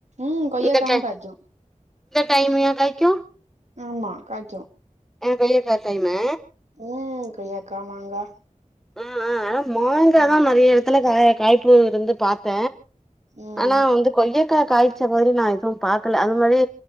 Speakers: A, on the right (about 60°); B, in the centre.
A: ம் கொய்யாகாவு
B: இந்த டை
A: காய்கு
B: இந்த டைமயா காய்க்கு
A: ஆமா காய்க்கு
B: அ கொய்யாக்கா டைமு
A: அ கொய்யாக்கா மாங்கா
B: ம் ம் அனா மாங்கா
A: ம்
B: தா நறைய எடத்துல காய காய்ப்பு இருந்து பாத் த
A: ம்
B: ஆனா வந்து கொய்யக்கா காய்ச்ச மாரி நா எதும் பாக்கல அது மாரி